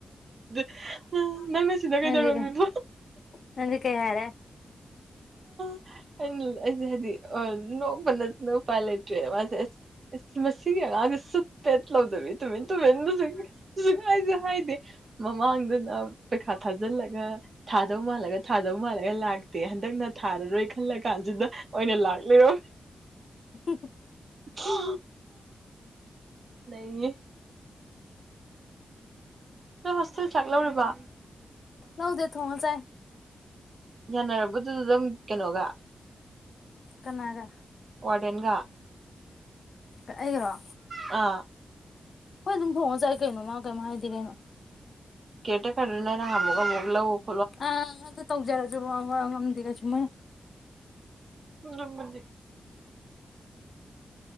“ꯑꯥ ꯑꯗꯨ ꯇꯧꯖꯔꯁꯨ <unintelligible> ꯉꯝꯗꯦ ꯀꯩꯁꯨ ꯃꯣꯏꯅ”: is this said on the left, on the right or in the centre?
Left